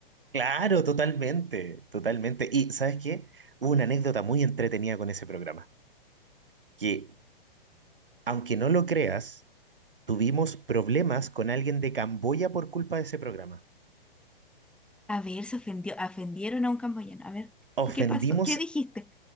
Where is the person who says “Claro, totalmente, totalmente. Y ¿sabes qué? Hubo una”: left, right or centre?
Right